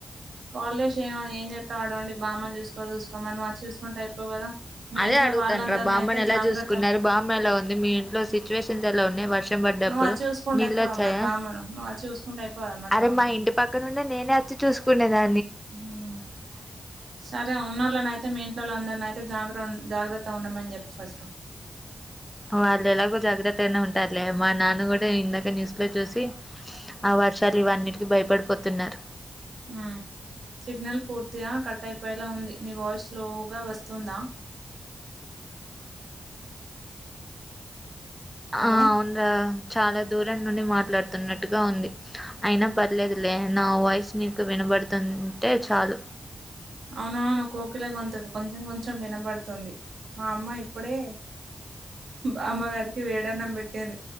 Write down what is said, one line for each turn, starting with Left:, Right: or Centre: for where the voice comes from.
Right: కాలేష్ ఏమ ఏం చేస్తా ఆడుండి బామ్మని చూసుకో చూసుకో మను వచ్చి చూసుకుంటే అయిపోవు కదా మీ
Centre: అదే
Right: ఇంట్లో
Centre: అడుగుతాన్రా
Right: వాళ్ళందరిని
Centre: బామ్మని
Right: అయితే
Centre: ఎలా
Right: జాగ్రత్త
Centre: చూసుకున్నారు? బామ్మ ఎలా ఉంది, మీ ఇంట్లో సిచ్యువేషన్స్ ఎలా ఉన్నాయ్ వర్షం పడ్డప్పుడు
Right: నువ్వు వచ్చి చూసుకుంటే
Centre: నీళ్ళొచ్చాయా
Right: అయిపోవు కదా మరి బామ్మను నువ్వు అచ్చి చూసుకుంటే అయిపోవు మరి
Centre: అరే
Right: బామ్మను
Centre: మా ఇంటి పక్కనుండే నేనే వచ్చి చూసుకునేదా
Right: ఉమ్ సరే ఉన్నోళ్ళని అయితే మీ ఇంట్లోళ్ళు అందరిని అయిత్ జాగ్రం జాగ్రత్తగా ఉండమని చెప్ప్ ఫస్టు
Centre: వాళ్ళు ఎలాగో జాగ్రత్తగనే ఉంటారులే మా నాన్న కూడా ఇందాక న్యూస్ లో చూసి ఆ వర్షాలు ఇవన్నిటికీ భయపడిపోతున్నారు
Right: ఉమ్ సిగ్నల్ పూర్తిగా కట్ అయిపోయేలా ఉంది, నీ వాయిస్ లోగా వస్తుందా? హలో
Centre: ఆ అవున్రా చాలా దూరం నుండి మాట్లాడుతున్నట్టుగా ఉంది, అయినా పర్లేదులే నా వాయిస్ నీకు విన పడుతుంటే చాలు
Right: అవునవును కోకిల గొంతు కొంచెం కొంచెం వినబడుతుంది మా అమ్మ ఇప్పుడే బామ్మగారికి వేడన్నం పెట్టింది